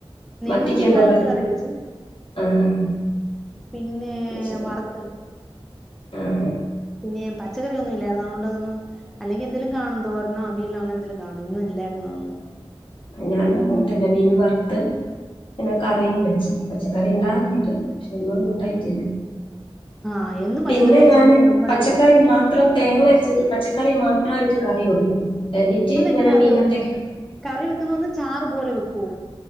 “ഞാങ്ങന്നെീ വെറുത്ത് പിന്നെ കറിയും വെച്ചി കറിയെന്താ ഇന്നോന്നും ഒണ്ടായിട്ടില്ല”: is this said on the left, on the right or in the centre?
Left